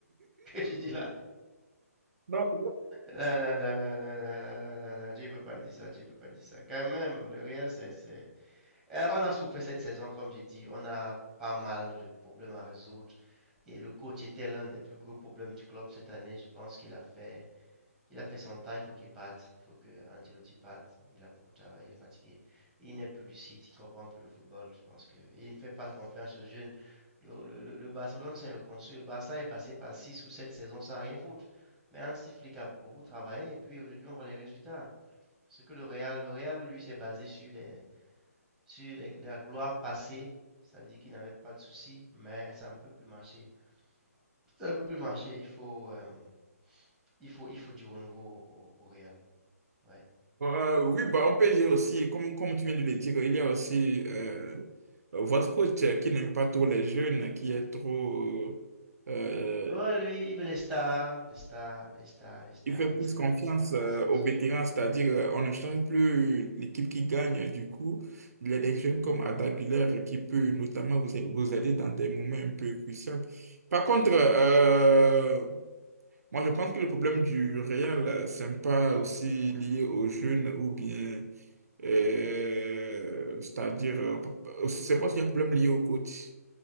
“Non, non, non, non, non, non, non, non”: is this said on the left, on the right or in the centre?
Centre